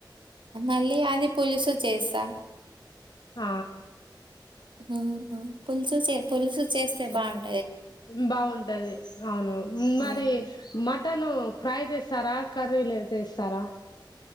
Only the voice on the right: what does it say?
మళ్ళీ అది పులుసు చేస్సా.
ఉ హు పులుసు చే పులుసు చేస్తే బాగున్
హ్మ్.